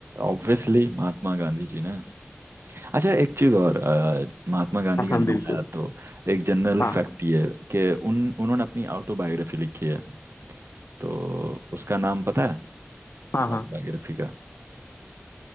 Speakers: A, on the right; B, on the left.
A: ऑब्वियसली महात्मा गांधी जी ने अच्छा एक चीज और अ, महात्मा गांधी
B: हाँ
A: का
B: हाँ
A: नाम
B: बिल्कुल
A: आया तो एक जनरल
B: हाँ
A: फैक्ट ये कि उन उन्होंने अपनी ऑटोबायोग्राफी लिखी है तो उसका नाम पता है
B: हाँ हाँ
A: ऑटोबायोग्राफी का